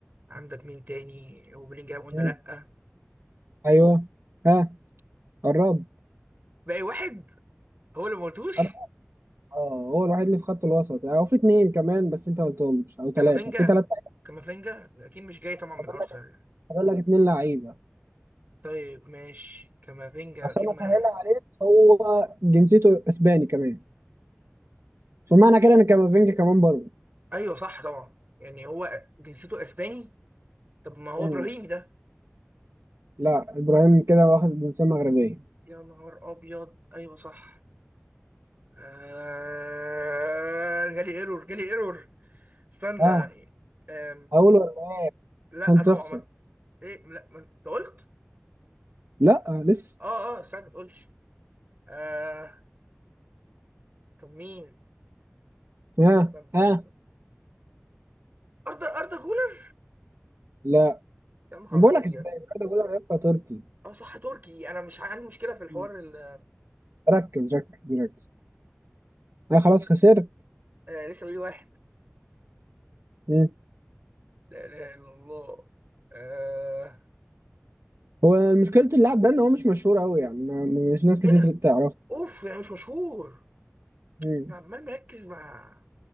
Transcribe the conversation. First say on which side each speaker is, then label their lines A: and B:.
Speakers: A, on the right; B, on the right.
A: عندك مين تاني وبلينجهام قلنا
B: مم.
A: لا
B: ايوه ها قرب
A: باقي واحد هو اللي ما قلتوش
B: قرب. اه هو الوحيد اللي في خط الوسط يعني هو في اتنين كمان بس انت ما قلتهمش او
A: كامافينجا
B: ثلاثه في ثلاثه
A: كامافينجا اكيد مش جاي طبعا من
B: فاضل
A: ارسنال
B: لك فاضل لك اتنين لعيبه
A: طيب ماشي كامافينجا
B: عشان
A: اكيد ما
B: اسهلها عليك هو جنسيته اسباني كمان فمعنى كده ان كامافينجا كمان بره
A: ايوه صح طبعا يعني هو جنسيته اسباني طب ما هو
B: مم.
A: ابراهيمي ده
B: لا ابراهيم كده واخد الجنسيه المغربيه
A: يا نهار ابيض ايوه صح آه... جالي ايرور جالي ايرور استنى
B: ها
A: آم...
B: اقول ولا لا؟
A: لا
B: عشان تخسر
A: طبعا ما... ايه لا ما... أنت قلت
B: لا لسه
A: اه اه استنى ما تقولش آه... طب مين
B: ها
A: استنى استنى
B: ها
A: استنى اردا اردا جولر
B: لا
A: يا نهار
B: انا بقول لك
A: ابيض
B: اسباني انا بقول لك يا اسطى تركي
A: اه صح تركي انا مش عندي مشكله في الحوار
B: مم.
A: ال...
B: ركز ركز ركز انا خلاص خسرت
A: آه لسه بقول واحد
B: مم.
A: لا اله الا الله آه...
B: هو مشكلة اللاعب ده ان هو مش مشهور قوي يعني ما مش ناس كتير
A: ايه ده
B: تعرفه
A: اوف يعني مش مشهور
B: مم.
A: انا عمال مركز مع